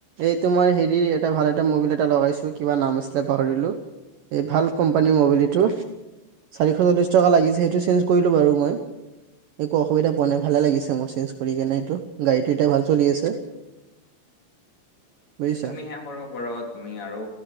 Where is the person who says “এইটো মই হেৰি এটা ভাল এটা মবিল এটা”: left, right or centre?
Right